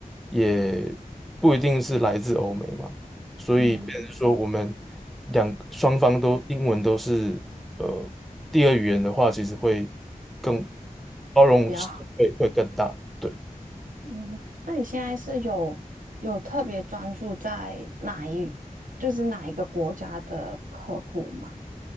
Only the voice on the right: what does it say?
嗯，
比较好。
嗯，那你现在是有有特别专注在哪一，就是哪一个国家的客户吗？